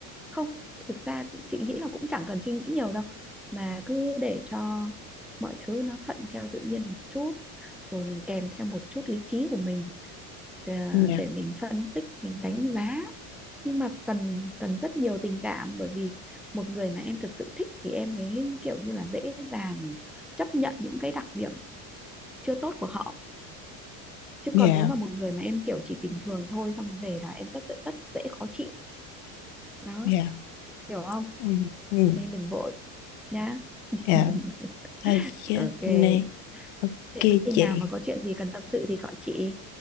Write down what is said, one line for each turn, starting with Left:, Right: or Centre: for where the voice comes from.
Centre: không thực ra cũng chị nghĩ là cũng chẳng cần suy nghĩ nhiều đâu mà cứ để cho mọi thứ nó thuận theo tự nhiên một chút rồi mình kèm theo một chút lý trí của mình ờ,
Left: no,
Centre: để mình phân tích mình đánh giá nhưng mà cần cần rất nhiều tình cảm bởi vì một người mà em thực sự thích thì em mới kiểu như là dễ dàng chấp nhận những cái đặc điểm chưa tốt của họ chứ
Left: no,
Centre: còn nếu mà một người mà em kiểu chỉ bình thường thôi xong về là em rất rất rất dễ khó chịu đó
Left: no,
Centre: hiểu không
Left: mm, mm,
Centre: nên đừng vội nhá <laughs>
Left: no. <clears throat> Thôi chứ,
Centre: ok
Left: này, ok
Centre: thế khi
Left: chị.
Centre: nào mà có chuyện gì cần tâm sự thì gọi chị